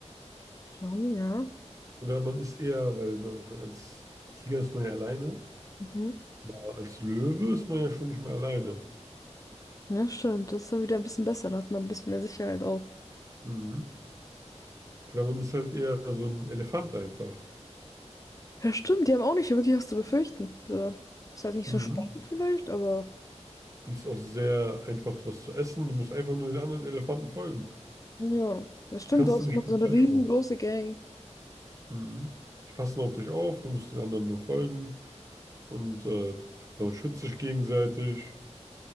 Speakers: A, on the left; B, on the right.
A: schon, ja.
B: Oder man ist eher, weil man als Tiger ist man ja alleine,
A: Mhm.
B: aber als Löwe ist man ja schon nicht mehr alleine.
A: Ja, stimmt. Das ist dann wieder ein bisschen besser. Da hat man ein bisschen mehr Sicherheit auch.
B: Mhm. Oder man ist halt eher so ein Elefant einfach.
A: Ja, stimmt. Die haben auch nicht wirklich was zu befürchten. So. Ist halt nicht
B: Mhm.
A: so spannend vielleicht, aber
B: Und es ist auch sehr einfach, was zu essen. Du musst einfach nur den anderen Elefanten folgen.
A: ja. Das stimmt.
B: Da kannst
A: Du hast
B: du nicht
A: immer
B: viel
A: so eine
B: falsch
A: riesengroße
B: machen.
A: Gang.
B: Mhm. Die passen auf dich auf, du musst den anderen nur folgen. Und äh, man schützt sich gegenseitig.